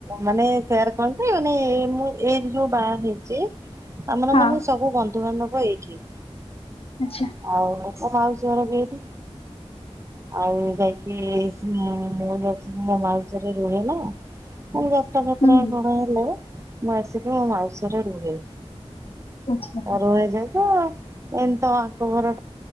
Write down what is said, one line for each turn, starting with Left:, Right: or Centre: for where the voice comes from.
Right: ମାନେ ସେଆର କଣ ମାନେ ଏ ମୁଁ ଏଇ ଯୋଉ ବାହା ହେଇଛି ଆମର
Left: ହଁ
Right: ମାନେ ସବୁ ବନ୍ଧୁବାନ୍ଧବ ଏଇଠି।
Left: ଆଚ୍ଛା।
Right: ଆଉ ତ ମାଉସି ଘର ବି ଏଇଠି। ଆଉ ଯାଇକି ହୁଁ ମୁଁ ଦ ମୋ ମା ବିଷୟରେ ରୁହେ ନା ଏଇ ଯାତ୍ରା ଫାତ୍ରା
Left: ହୁଁ
Right: କଣ ହେଲେ ମୁଁ ଆସିକି ମୋ ମାଉସି ଘରେ ରୁହେ।
Left: ଆଚ୍ଛା।
Right: ରହେ ଯାଉଚି ଆଉ। ଏମିତି ଆଙ୍କ ଘର